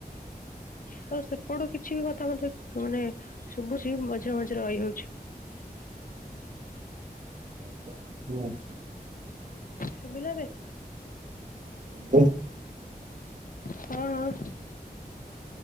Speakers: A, on the left; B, on the right.
A: ତୋର ସେପଟୁ କିଛି ବି କଥା ମତେ ମାନେ ଶୁବୁଚି, ମାନେ ମଝିରେ ମଝିରେ ରହି ଯାଉଚି।
B: <unintelligible>
A: ଶୁବିଲା ଏବେ?
B: ହଁ, ଶୁଭିଲା।
A: ହଁ ଅଁ